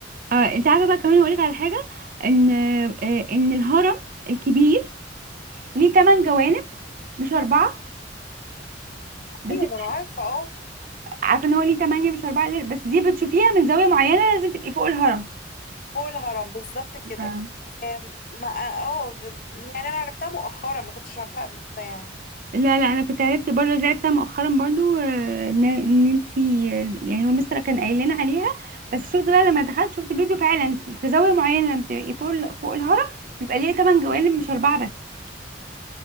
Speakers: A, on the right; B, on the left.
A: آه انت عارفة بقى كمان هقولك على حاجة ان آه ان الهرم الكبير ليه تمن جوانب مش أربعة بس
B: ايوه
A: انت
B: ما انا عارفه اه
A: عارفة ان هو ليه تمانية مش أربعة ليه- بس دي بتشوفيها من زاوية معينة لازم تبقي فوق الهرم
B: فوق الهرم بالظبط كده
A: ف-
B: آم، ما اه كده- يعني انا عرفتها مؤخرا ما كنتش عارفاها قبل كده يعني
A: لا لا انا كنت عرفت برضه زي عرفتها مؤخرا برضه آه، ان ان انت يعني هو المستر كان قايل لنا عليها بس شفت بقى لما دخلت شفت فيديو فعلا في في زاوية معينة لما بتبقي فوق ال- فوق الهرم بيبقى ليه تمن جوانب مش أربعة بس